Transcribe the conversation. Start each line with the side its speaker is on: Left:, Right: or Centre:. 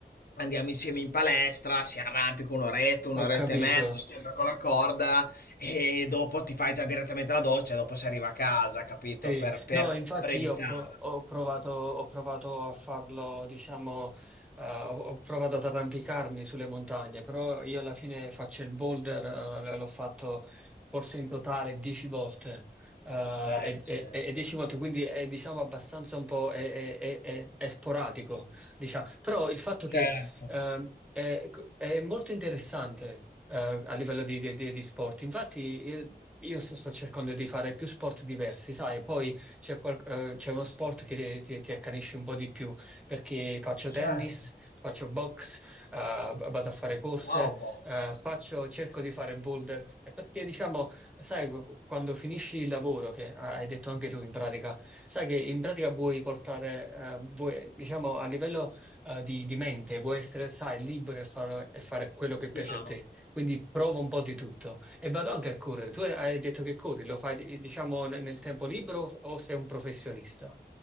Left: Andiamo insieme in palestra, si arrampica un'oretta, un'oretta
Centre: ho capito.
Left: e mezza, sempre con la corda, e dopo ti fai già direttamente la doccia, e dopo si arriva a casa, capito?
Centre: Sì,
Left: Per, per
Centre: no, infatti
Left: brevità.
Centre: io ho, pro- ho provato, ho provato a farlo, diciamo, eh, ho, ho provato ad arrampicarmi sulle montagne, però io alla fine faccio il boulder, eh, l'ho fatto forse in totale 10 volte, eh,
Left: Eh, certo,
Centre: e, e- e 10 volte, quindi è diciamo abbastanza un po' è, è- è- è- è sporadico, diciamo. Però il fatto che
Left: certo,
Centre: Ehm, è, è molto interessante, eh, a livello di, di- di- di sport. Infatti, eh, io sto, sto cercando di fare più sport diversi, sai? Poi c'è qual- eh, c'è uno sport che ti, ti accanisce un po' di più, perché faccio
Left: certo.
Centre: tennis, faccio box, eh, vado a fare corse,
Left: Wow, box,
Centre: eh, faccio- cerco di fare boulder. È Perché, diciamo, sai, quando finisci il lavoro, che hai detto anche tu in pratica, Sai che in pratica vuoi portare, eh, vuoi, diciamo, a livello eh, di, di mente, vuoi essere, sai, libero e fare, e fare quello che piace
Left: chiaro.
Centre: a te. Quindi prova un po' di tutto. E vado anche a correre. Tu hai detto che corri, lo fai, diciamo, nel nel tempo libero o sei un professionista?